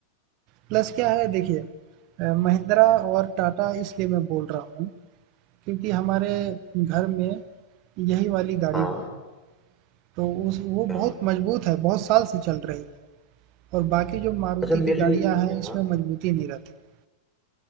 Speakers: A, on the right; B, in the centre.
A: प्लस क्या है देखिए अ, महिंद्रा और टाटा इसलिए मैं बोल रहा हूँ क्योंकि हमारे घर में यही वाली गाड़ी
B: हाँ
A: भी है। तो उस वो
B: हाँ।
A: बहुत मजबूत है, बहुत साल से चल रही है और बाकी जो मारुति
B: अच्छा मेरे
A: की गाड़ियाँ हैं,
B: हाँ
A: इसमें मजबूती नहीं रहती है।